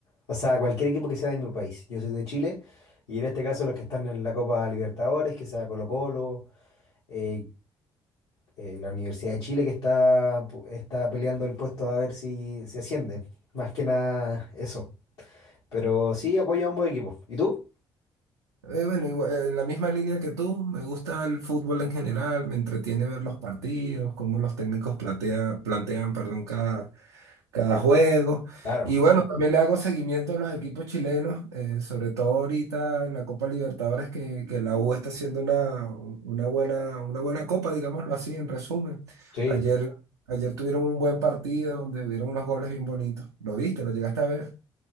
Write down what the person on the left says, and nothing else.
o sea, a cualquier equipo que sea de mi país. Yo soy de Chile, y en este caso los que están en la Copa Libertadores, que sea Colo-Colo, eh, eh, la Universidad de Chile que está, pu- está peleando el puesto a ver si se asciende. Más que nada eso. Pero sí apoyo a ambos equipos. ¿Y tú?
Claro,
sí.